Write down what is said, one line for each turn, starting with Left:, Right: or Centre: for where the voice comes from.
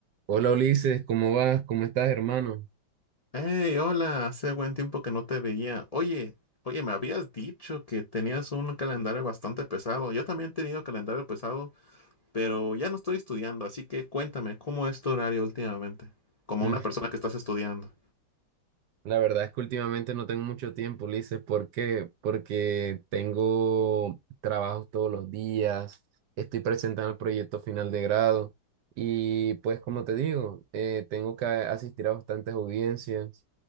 Right: Hola Ulises, ¿cómo vas? ¿Cómo estás, hermano?
Left: Hey, hola, hace buen tiempo que no te veía. Oye, oye, me habías dicho que tenías un calendario bastante pesado. Yo también he tenido calendario pesado, pero ya no estoy estudiando, así que cuéntame, ¿cómo es tu horario últimamente? Como
Right: Mm.
Left: una persona que estás estudiando.
Right: La verdad es que últimamente no tengo mucho tiempo, Ulises. ¿Por qué? Porque tengo trabajos todos los días, estoy presentando el proyecto final de grado y pues como te digo, eh, tengo que asistir a bastantes audiencias.